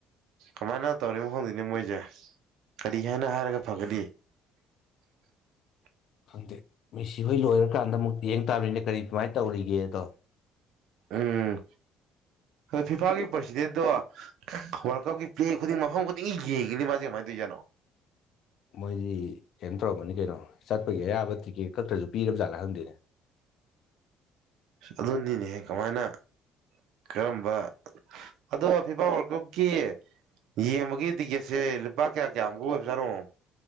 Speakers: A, on the right (about 75°); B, on the left (about 60°).
A: ꯀꯃꯥꯏꯅ ꯇꯧꯔꯤꯅꯣ ꯈꯪꯗꯦꯅꯦ ꯃꯣꯏꯁꯦ ꯀꯔꯤ ꯍꯥꯏꯅ ꯍꯥꯏꯔꯒ ꯐꯒꯅꯤ <inaudible>
B: ꯈꯪꯗꯦ ꯃꯦꯁꯤ ꯍꯣꯏ ꯂꯣꯏꯔꯀꯥꯟꯗ ꯑꯃꯨꯛ ꯌꯦꯡ ꯇꯥꯕꯅꯤꯅꯦ ꯀꯔꯤ ꯀꯃꯥꯏꯅ ꯇꯧꯔꯤꯒꯦꯗꯣ
A: ꯎꯝ ꯍ ꯐꯤꯐꯥꯒꯤ ꯄ꯭ꯔꯁꯤꯗꯦꯟꯗꯣ ꯋꯥꯔꯜꯀꯞꯀꯤ ꯄ꯭ꯂꯦ ꯈꯨꯗꯤꯡ ꯃꯐꯝ ꯈꯨꯗꯤꯡꯒꯤ ꯌꯦꯡꯉꯤꯅꯤ ꯃꯥꯁꯦ ꯀꯃꯥꯏꯅ ꯇꯧꯔꯤꯖꯥꯅꯣ
B: ꯃꯣꯏꯒꯤ ꯀꯩꯅꯣ ꯇꯧꯔꯝꯃꯅꯤ ꯀꯩꯅꯣ ꯆꯠꯄꯒꯤ ꯑꯌꯥꯕ ꯇꯤꯀꯦꯠ ꯈꯛꯇ꯭ꯔꯁꯨ ꯄꯤꯔꯕ ꯖꯥꯠꯂꯦ ꯈꯪꯗꯣꯏꯅꯦ
A: ꯑ ꯑꯗꯨꯗꯤꯅꯦ ꯀꯃꯥꯏꯅ ꯀꯔꯝꯕ ꯑꯗꯣ ꯐꯤꯐꯥ ꯋꯥꯔꯀꯨꯞꯀꯤ ꯌꯦꯡꯕꯒꯤ ꯇꯤꯛꯀꯦꯠꯁꯦ ꯂꯨꯄꯥ ꯀꯌꯥ ꯀꯌꯥꯃꯨꯛ ꯑꯣꯏꯕꯖꯥꯅꯣ